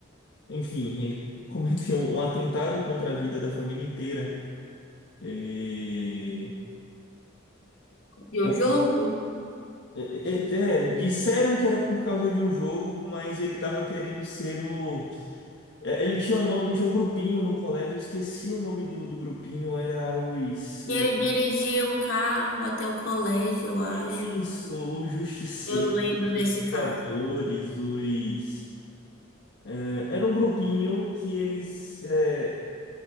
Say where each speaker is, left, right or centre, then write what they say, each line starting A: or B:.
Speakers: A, on the left; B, on the left.
A: um, enfim, ele <laughs> cometeu um atentado contra a vida da família inteira. Ele
B: De
A: com-
B: o jogo.
A: é, é, é, é, disseram que era por causa de um jogo, mas ele estava querendo ser o. é, Ele tinha um nome, tinha um grupinho no colégio, eu esqueci o nome do, do grupinho, era os.
B: E
A: o-
B: ele dirigia o carro até o colégio, eu acho.
A: Isso, os Justiceiros,
B: Eu lembro desse
A: os Vingadores,
B: caso.
A: os. é, era um grupinho que eles. é,